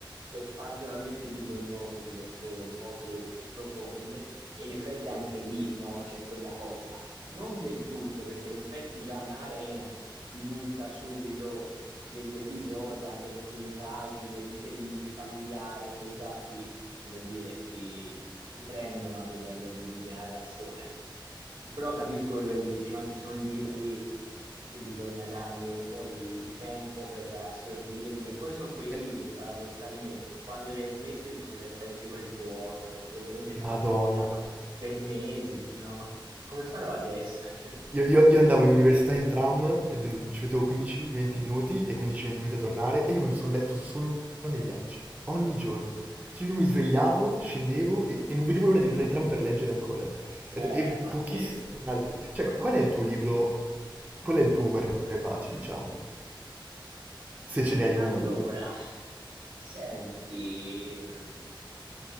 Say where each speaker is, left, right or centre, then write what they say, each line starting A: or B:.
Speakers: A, on the right; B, on the right.
A: ero particolarmente bisognoso di letture un po' più profonde, e in effetti anche lì, no, c'è quella cosa. Non del tutto, perché in effetti già Anna Karenina ti butta subito degli episodi, anche nelle prime pagine di crisi familiare che già ti, come dire, ti, ti prendono a livello di, di di narrazione. Però capisco quello che dici, no? Ci sono libri che bisogna dargli un po' di, di tempo per assorbirli. E poi sono quei libri,
B: Eh,
A: paradossalmente, quando li hai smessi ti senti quel vuoto, perché ovviamente ti hanno
B: Madonna.
A: accompagnato per mesi, dici no, ma come farò adesso? <laughs>
B: Io, io- io andavo in università in tram e de- ci mettevo 15-20 minuti e 15-20 minuti a tornare e io me ne sono letto solo nei viaggi, ogni giorno. Cioè io mi svegliavo, scendevo e, e non vedevo l'ora di entrare in tram per leggere ancora. Ed-
A: Cioè,
B: E,
A: È pazzesco.
B: pochissimi altri. Cioè, qual è il tuo libro? Qual è il tuo Guerra e Pace, diciamo? Se ce ne hai
A: Allora,
B: uno.
A: Senti, mh,